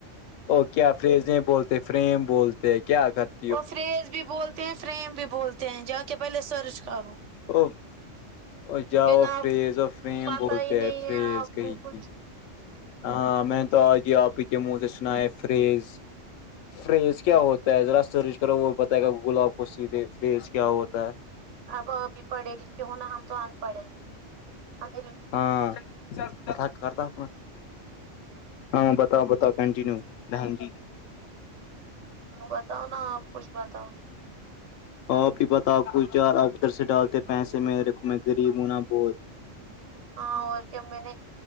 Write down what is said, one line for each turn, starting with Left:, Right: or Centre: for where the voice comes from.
Left: او کیا فریزیں بولتے فریم بولتے کیا کرتے
Right: وہ فریز بھی بولتے ہیں فریم بھی بولتے ہیں جا کے پہلے سرچ کروں
Left: او جاؤ
Right: بنا
Left: فریز اور فریم
Right: پتا
Left: بولتے
Right: ہی نہیں
Left: ہیں
Right: ہے
Left: فریز
Right: آپ
Left: کہیں
Right: کو کچھ
Left: کی ہاں میں نے تو آگ آپ ہی کے منہ سے سنا ہے فریز فریز کیا ہوتا ہے ذرا سرچ کرو وہ بتائے گا گلاب کو سیدھے فریز کیا ہوتا ہے
Right: اب ابھی پڑھے لکھے ہونا ہم تو ان پڑھے ہمیں
Left: ہاں کرتات ہاں بتاؤ بتاؤ کنٹینو بہن جی
Right: ہاں بتاؤ نا آپ کچھ بتاؤ
Left: آپ ہی بتا کو یار آپ ادھر سے ڈالتے پیسے میرے کو میں غریب ہوں نا بہت
Right: ہاں اور کیا میں نے